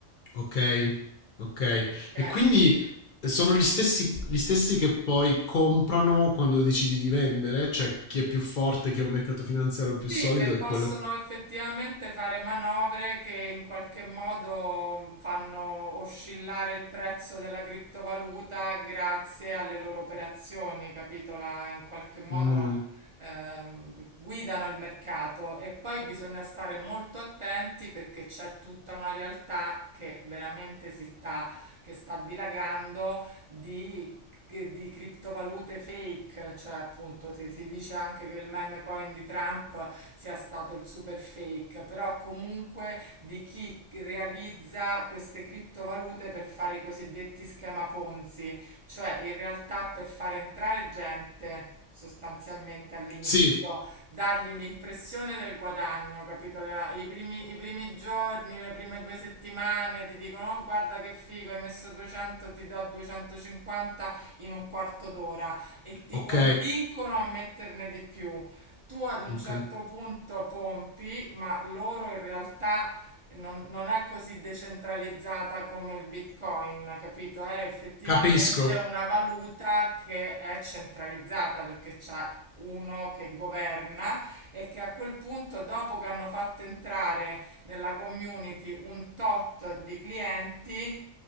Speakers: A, on the left; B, on the right.
A: ok, ok.
B: ok?
A: E quindi eh, sono gli stessi, gli stessi che poi comprano quando decidi di vendere, cioè chi è più forte, chi ha un mercato finanziario più
B: Sì,
A: solido
B: che possono
A: è quello.
B: effettivamente fare manovre che in qualche modo fanno oscillare il prezzo della criptovaluta grazie alle loro operazioni, capito? La- in qualche modo
A: Mm,
B: ehm, guidano il mercato e poi bisogna stare molto attenti perché c'è tutta una realtà che veramente si sta, che sta dilagando di che- di criptovalute fake, cioè appunto se si dice anche che il meme coin di Trump sia stato il super fake, però comunque di chi realizza queste criptovalute per fare i cosiddetti schema Ponzi, cioè in realtà per fare entrare gente sostanzialmente all'inizio.
A: Sì,
B: Dargli l'impressione del guadagno, capito? Le- I primi, i primi giorni, le prime due settimane ti dicono: "Oh, guarda che figo, hai messo 200, ti do 250 in un quarto d'ora e ti
A: ok,
B: convincono a metterne di più. Tu ad un
A: ok.
B: certo punto pompi, ma loro in realtà non, non è così decentralizzata come il Bitcoin, capito? È effettivamente
A: Capisco.
B: una valuta che è centralizzata perché c'è uno che governa e che a quel punto, dopo che hanno fatto entrare nella community un tot di clienti,